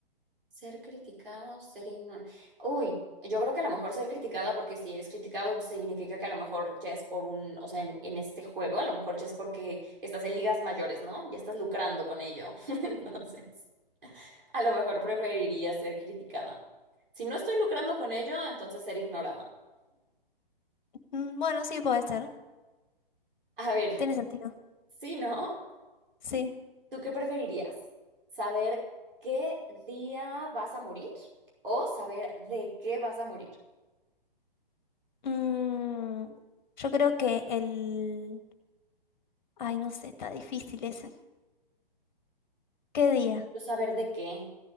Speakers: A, on the right; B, on the left.
A: Ser criticada o ser ignorada. Uy, yo creo que a lo mejor ser criticada, porque si eres criticado significa que a lo mejor ya es por un, o sea, en, en este juego, a lo mejor ya es porque estás en ligas mayores, ¿no? Ya estás lucrando con ello. <laughs> Entonces, a lo mejor preferiría ser criticada. Si no estoy lucrando con ello, entonces ser ignorada.
B: Mm, bueno, sí puede ser.
A: A ver,
B: Tiene sentido.
A: sí, ¿no?
B: Sí.
A: ¿Tú qué preferirías? ¿Saber qué día vas a morir o saber de qué vas a morir?
B: Mm, yo creo que el... Ay, no sé, está difícil ese. ¿Qué día?
A: Yo saber de qué.